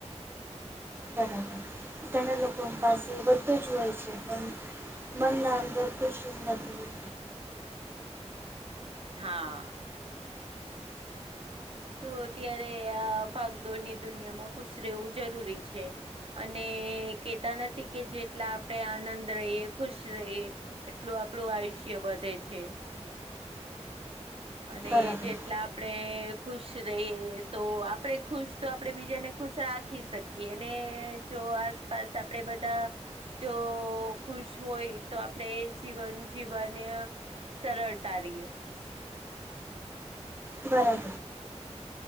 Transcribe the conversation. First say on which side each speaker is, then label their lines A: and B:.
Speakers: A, on the right (about 20°); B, on the right (about 55°).
A: બરાબર ઘણા લોકો પાસે બધુજ હોય છે પણ મનના અંદર ખુશી જ નથી.
B: હા. તો ત્યારે આ ભાગદોડની દુનિયામાં ખુશ રહેવું જરૂરી છે. અને કેતા નથી કે જેટલા આપણેે આનંદ રહીએ ખુશ રહીએ. એટલું આપણું આયુષ્ય વધે છે. અને
A: બરાબર
B: જેટલા આપડે. ખુશ રહીએ તો આપડે ખુશ તો આપડે બીજાને ખુશ રાખી શકીએ ને જો આસપાસ આપડે બધા જો ખુશ હોય તો આપણેે જીવન જીવવા નય સરળતાા રીએ.
A: બરાબર.